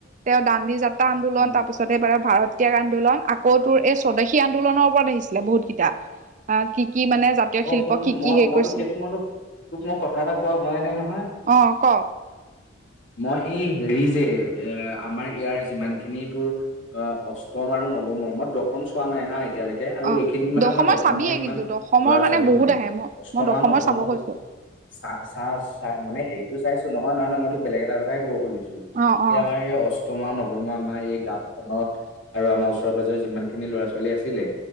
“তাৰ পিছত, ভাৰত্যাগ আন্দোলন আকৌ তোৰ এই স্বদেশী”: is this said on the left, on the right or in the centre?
Right